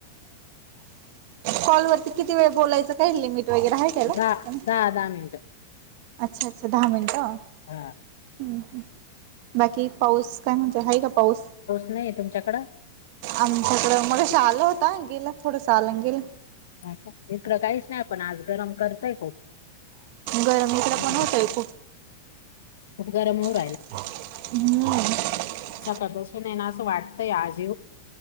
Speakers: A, on the right; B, on the left.
A: कॉल वरती किती वेळ बोलायचं काही लिमिट वगैरे हाय काय गं
B: दहा
A: त्याला
B: दहा दहा मिनिटं.
A: अच्छा अच्छा दहा मिनिटं हम.
B: हा.
A: बाकी पाऊस काय म्हणतय ह का पाऊस
B: नाहीये तुमच्याकडं?
A: आमच्याकड मगाशी आलं होत का य गेला थोडं साल न गेलं
B: <unintelligible> इकडें काहीच नाही पण आज गरम करतय खूप
A: गरमइकडं
B: हम्म.
A: पण होतय खूप
B: खूप गरम होतेय
A: ह म्मअअ.
B: सकळ पासून ये ना असं वाटतंय आजीव